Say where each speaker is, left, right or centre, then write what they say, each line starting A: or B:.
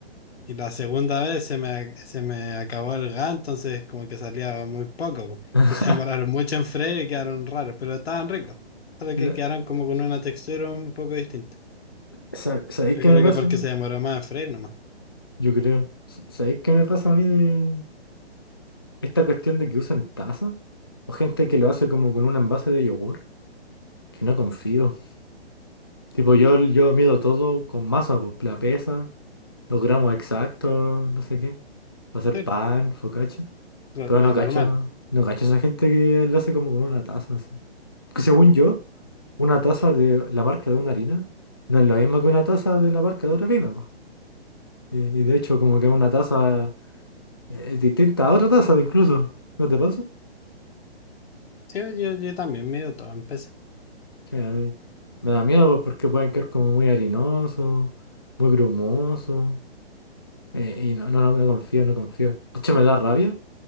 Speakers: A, on the left (about 70°); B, on the left (about 25°).
A: Y la segunda vez se me, se me acabó el gas, entonces como que salía muy poco, po. <laughs>
B: <laughs>
A: Y se demoraron mucho en freír y quedaron raros, pero estaban ricos. Solo
B: La-
A: que quedaron como con una textura un poco distinta.
B: sa- ¿Sabéis
A: Yo
B: qué
A: creo
B: me pasa?
A: que porque se demoró más en freír nomás.
B: Yo creo. Sa- ¿Sabéis qué me pasa a mí de, Esta cuestión de que usan taza o gente que lo hace como con un envase de yogur, que no confío. Tipo, yo, yo mido todo con masa, pues, la pesa, los gramos exactos, no sé qué, para hacer
A: Sí,
B: pan,
A: po,
B: focaccia.
A: lo,
B: Pero
A: lo
B: no cacho,
A: normal.
B: no cacho esa gente que lo hace como con una taza, así. Porque según yo, una taza de la marca de una harina no es lo mismo que una taza de la marca de otra harina, pues. Y, y de hecho, como que una taza eh, es distinta a otra taza, incluso. ¿No te pasa?
A: Sí, yo, yo también mido todo en peso.
B: Sí, a mí me da miedo pues, porque pueden quedar como muy harinosos, muy grumosos. eh, y no, no, no, no confío, no confío. De hecho, me da rabia